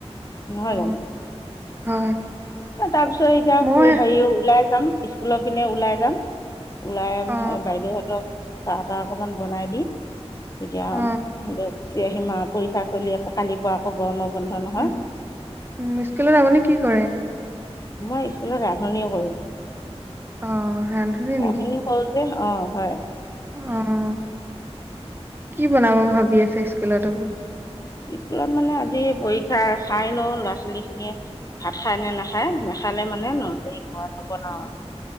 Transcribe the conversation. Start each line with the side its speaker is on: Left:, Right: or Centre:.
Left: নহয়
Right: অ
Left: জানো
Right: হয়।
Left: তাৰ পিছত এতিয়া
Right: মই
Left: হেৰি ওলাই যাম, স্কুলৰ পিনে ওলাই যাম ওলাই
Right: অ
Left: বাইদেউহঁতক চাহ তাহ অকমান বনাই দি তেতিয়া
Right: অ
Left: গুচি আহিম আৰু পৰীক্ষা চলি আছে কালিৰ পৰা আকৌ গৰমৰ বন্ধ নহয়
Right: উম উম, স্কুলত আপুনি কি কৰে?
Left: মই স্কুলত ৰান্ধনীয়ে কৰো।
Right: অ', ৰান্ধনী নেকি
Left: আপ <unintelligible> কওঁ যে অ হয়
Right: অ', কি বনাব ভাবি আছে স্কুলত ত
Left: স্কুলত মানে আজি পৰীক্ষা চাই লও ল'ৰা ছোৱালী খিনিয়ে ভাত খাই নে নাখায় নাখালে মানে ন হে হোৱাটোবনাও